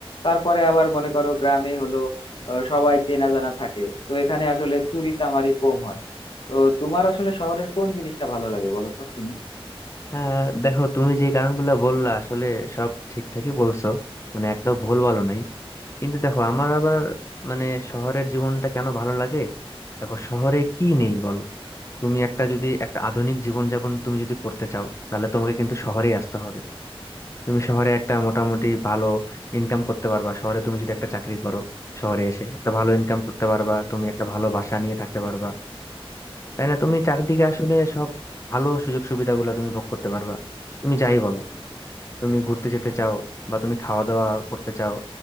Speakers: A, on the left; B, on the left.
A: তারপরে আবার মনে করো গ্রামে হলো আহ, সবাই চেনা জানা থাকে তো এখানে আসলে চুরি চামারি কম হয় তো তোমার আসলে শহরের কোন জিনিসটা ভালো লাগে বলো তো শুনি
B: হ্যাঁ দেখো তুমি যে কারণগুলো বললা আসলে সব ঠিকঠাকই বলছো মানে একটাও ভুল বলো নাই কিন্তু দেখো আমার আবার মানে শহরের জীবনটা কেন ভালো লাগে দেখো শহরে কি নেই বলো তুমি একটা যদি একটা আধুনিক জীবনযাপন তুমি যদি করতে চাও তাহলে তোমাকে কিন্তু শহরেই আসতে হবে তুমি শহরে একটা মোটামুটি ভালো ইনকাম করতে পারবা শহরে তুমি যদি একটা চাকরি করো শহরে এসে একটা ভালো ইনকাম করতে পারবা তুমি একটা ভালো বাসা নিয়ে থাকতে পারবা তাই না তুমি চারিদিকে আসলে সব ভালো সুযোগ সুবিধাগুলো তুমি ভোগ করতে পারবা তুমি যাই বলো তুমি ঘুরতে যেতে চাও বা তুমি খাওয়া দাওয়া করতে চাও